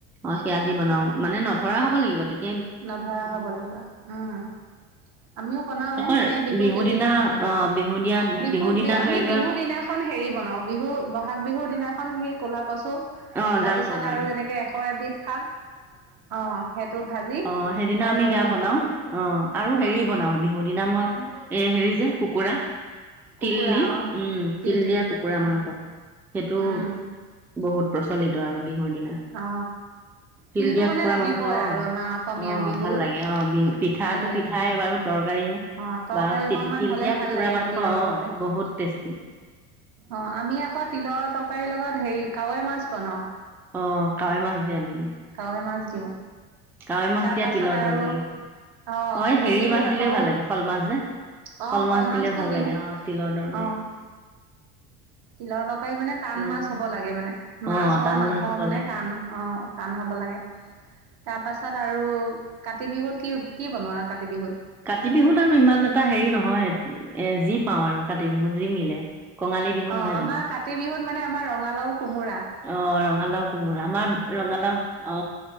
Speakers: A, in the centre; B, on the right.
A: অ সেয়া দি বনাও মানে ন। ধৰা হ'ব লাগিব তেত।
B: নধৰা হব লাগিব উম আমিও বনাও
A: আকৌ
B: মানে বিহু পিছদিনাখনহে
A: দিনা
B: বনাও
A: অ বিহু দিয়া
B: বিহু
A: দিনা
B: আমি
A: ধৰি লোৱা
B: বিহু দিনাখন হেৰি বনাও বিহু বহাগ বিহু। দিনা। এখন সেই ক'লা কচু,
A: অ
B: তাৰপিছত
A: জাল তৰকাৰী
B: আৰু এনেকৈ এশ এবিধ শাক অ সেইটো ভাজি।
A: অ সেইদিনা
B: আৰু
A: আমি সেয়া
B: হেৰি
A: বনাও অ আৰু হেৰি বনাও বিহু দিনা মই এ হেৰি যে কুকুৰা।
B: কুকুৰা
A: তিল দি,
B: অ
A: উম তিল
B: দি
A: দিয়া কুকুৰা
B: উম
A: মাংস সেইটো।
B: উম
A: বহুত প্ৰচলিত আৰু বিহুৰ দিনা
B: অ
A: তিল
B: তিলটো
A: দিয়া
B: মানে
A: কুকুৰা
B: লাগিবই
A: মাংস অ
B: আৰু আমাৰ অসমীয়া
A: অ
B: বিহুত
A: ভাল লাগে অ বিহু পিঠাটো
B: ভাল লাগে
A: পিঠাই বাৰু। তৰকাৰীও
B: অ তৰকাৰী
A: বা তি
B: অকনমান
A: তিল
B: হ'লে
A: দিয়া
B: ভাল
A: কুকুৰা
B: লাগে
A: মাংস
B: আৰু তিলৰ
A: অ
B: তৰকাৰী
A: বহুত টেষ্টি।
B: অ আমি আকৌ তিলৰ তৰকাৰীৰ লগত হেৰি কাৱৈ মাছ বনাও।
A: অ কাৱৈ মাছ দিয়া নেকি।
B: কাৱৈ মাছ দিওঁ
A: কাৱৈ মাছ
B: তাৰ
A: দিয়া
B: পাছত
A: তিলৰ
B: আৰু
A: তৰকাৰী
B: আহ
A: অ
B: কাতি
A: এই হেৰি
B: বিহুত
A: মাছ
B: আকৌ
A: দিলেও ভাল লাগে শল মাছ যে
B: অ',
A: শল মাছ
B: মাছটোও
A: দিলে ভাল
B: দিওঁ
A: লাগে অ তিলৰ তৰকাৰীত
B: অ', তিলৰ তৰকাৰী মানে টান
A: উম
B: মাছ হ'ব লাগে মানে
A: অ
B: মাছ হওক
A: টান
B: মাংস
A: মাছ হ'ব
B: মানে
A: লাগে
B: টান আহ টান হ'ব লাগে তাৰ পাছত আৰু কাতি বিহুত কি কি বনোৱা কাতি বিহুত
A: কাতি বিহুত আৰু ইমান এটা হেৰি নহয় এ যি পাওঁ আৰু কাতি বিহুত যি মিলে কঙালী বিহু
B: অ
A: নহয়
B: আমাৰ
A: জানো
B: কাতি বিহুত মানে আমাৰ ৰঙালাও কোমোৰা
A: অ ৰঙালাও কোমোৰা আমাৰ ৰঙালাও অ